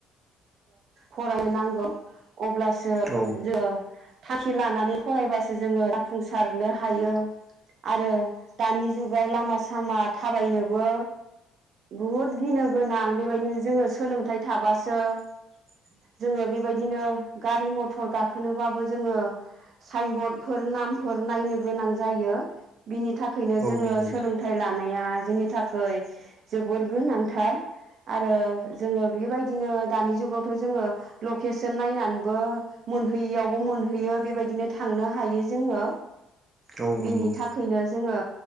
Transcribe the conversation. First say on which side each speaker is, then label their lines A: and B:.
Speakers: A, on the right; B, on the right.
A: फरायनो नांगौ अब्लासो
B: औ
A: जों <unintelligible> थांखि लानानै फरायबासो जोङो जाफुंसारनो हायो। आरो दानि जुगाव लामा सामा थाबायनोबो बुहुद गिनो गोनां बेबायदिनो जोङो सोलोंथाइ थाबासो
B: <inaudible>
A: जोङो बेबायदिनो गारि मथर गाखोनोबाबो जोङो साइनबर्डफोर नाम -फोर नायनो गोनां जायो बिनि थाखायनो
B: औ
A: जोङो
B: नंगौ
A: सोलोंथाइ लानाय -या जोंनि थाखाय जोबोर गोनांथार। आरो जोङो बेबायदिनो दानि जुगावथ' जोङो लकेसन नायनानैबो मोनहैयियावबो मोनहैयो बेबायदिनो थाङो थांनो हायो जोङो
B: औ
A: बिनि
B: नंगौ
A: थाखायनो जोङो